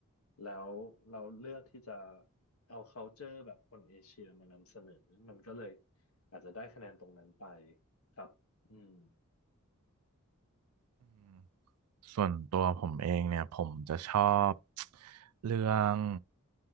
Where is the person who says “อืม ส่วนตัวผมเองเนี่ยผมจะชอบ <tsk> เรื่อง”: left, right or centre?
Right